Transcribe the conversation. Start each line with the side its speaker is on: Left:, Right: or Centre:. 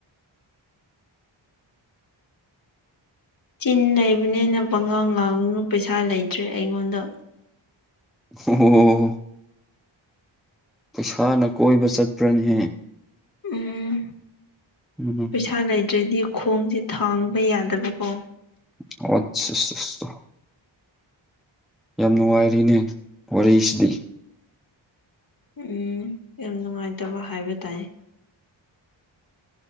Left: ꯆꯤꯟ ꯂꯩꯕꯅꯦꯅ ꯄꯉꯥꯡ ꯉꯥꯡꯅꯨ ꯄꯩꯁꯥ ꯂꯩꯇ꯭ꯔꯦ ꯑꯩꯉꯣꯟꯗ
Centre: ꯑꯣ ꯄꯩꯁꯥꯅ ꯀꯣꯏꯕ ꯆꯠꯄ꯭ꯔꯅꯦꯍꯦ
Left: ꯎꯝ
Centre: ꯎꯝ
Left: ꯄꯩꯁꯥ ꯂꯩꯗ꯭ꯔꯗꯤ ꯈꯣꯡꯁꯦ ꯊꯥꯡꯕ ꯌꯥꯗꯕꯀꯣ
Centre: ꯑꯠ <inaudible> ꯌꯥꯝ ꯅꯨꯡꯉꯥꯏꯔꯤꯅꯦ ꯋꯥꯔꯤꯁꯤꯗꯤ
Left: ꯎꯝ ꯌꯥꯝ ꯅꯨꯡꯉꯥꯏꯇꯕ ꯍꯥꯏꯕ ꯇꯥꯏꯌꯦ